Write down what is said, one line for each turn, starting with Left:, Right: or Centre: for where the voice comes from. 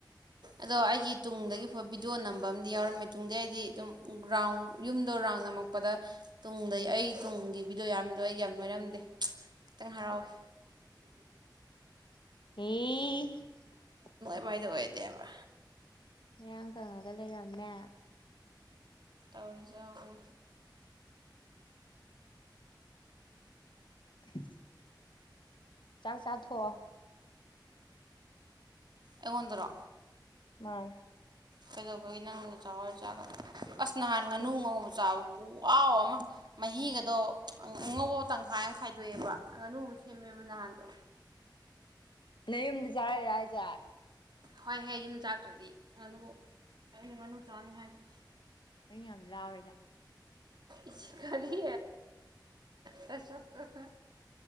Right: ꯑꯗꯣ ꯑꯩꯒꯤ ꯇꯨꯡꯗꯒꯤ ꯐꯕ ꯚꯤꯗꯤꯑꯣ ꯅꯝꯕ ꯑꯃꯗꯤꯝ ꯌꯥꯎꯔꯝꯃꯦ ꯇꯨꯡꯗꯤ ꯑꯩꯗꯤ ꯑꯗꯨꯝ ꯒ꯭ꯔꯥꯎꯟ ꯌꯨꯝꯗ ꯔꯥꯎꯟ ꯅꯝꯃꯛꯄꯗ ꯇꯨꯡꯗꯩ ꯑꯩ ꯇꯨꯡꯒꯤ ꯚꯤꯗꯤꯑꯣ ꯌꯥꯔꯝꯃꯤꯗꯣ ꯑꯩ ꯌꯥꯝ ꯅꯣꯏꯔꯝꯗꯦ ꯈꯤꯇꯪ ꯍꯔꯥꯎꯋꯦ
Left: ꯎ
Right: ꯑꯗꯨꯃꯋꯥꯏꯗ ꯑꯣꯏꯗꯦꯕ
Left: ꯃꯌꯥꯝꯡ ꯀꯪꯉꯒ ꯂꯩꯔꯝꯃꯦ
Right: ꯇꯧꯏꯖꯎꯋꯅꯦ
Left: ꯍ ꯆꯥꯛ ꯆꯥꯊꯣꯛꯑꯣ
Right: ꯑꯩꯉꯣꯟꯗꯔꯣ
Left: ꯃꯥꯅꯦ
Right: ꯀꯩꯗꯧꯕꯒꯤ ꯅꯪꯅ ꯆꯥꯋꯥꯔ ꯆꯥꯔ ꯑꯁ ꯅꯍꯥꯟ ꯉꯥꯅꯨ
Left: ꯏꯁ
Right: ꯉꯉꯧꯕ ꯆꯥꯕꯀꯣ ꯋꯥꯎ ꯑꯃ ꯃꯍꯤꯒꯗꯣ ꯑꯉꯧꯕ ꯇꯪꯈꯥꯏ ꯑꯃ ꯈꯥꯏ ꯗꯣꯛꯑꯦꯕ ꯉꯥꯅꯨ ꯑꯃ ꯁꯦꯝꯃꯦꯕ ꯅꯍꯥꯟꯗꯣ
Left: ꯅꯌꯨꯝꯗ ꯆꯥꯔꯛꯏꯔ ꯍꯥꯏꯖꯦ
Right: ꯍꯣꯏꯍꯦ ꯌꯨꯝꯗ ꯆꯔꯛꯇꯔꯗꯤ ꯑꯩꯅ ꯉꯥꯅꯨ ꯆꯥꯅꯤ ꯍꯥꯏꯈꯤ
Left: ꯅꯪ ꯌꯥꯝ ꯂꯥꯎꯋꯦ ꯅꯪ
Right: ꯏꯁ ꯀꯔꯤ ꯅꯥꯁꯛꯇꯨꯒꯥ